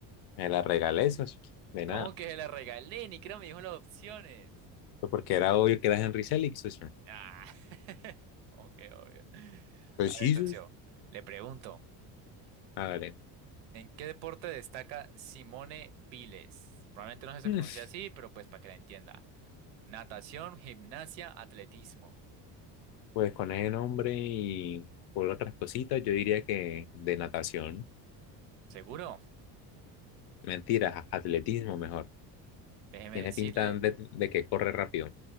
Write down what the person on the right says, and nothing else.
¿Cómo
que se la regalé? Ni creo me dijo las opciones.
Ah, <laughs> ok, obvio.
A
ver, socio,
le pregunto,
¿en qué deporte destaca Simone Biles? Probablemente no si se
pronuncia así, pero pues para que la entienda. Natación, gimnasia, atletismo.
¿Seguro?
Déjeme
decirle,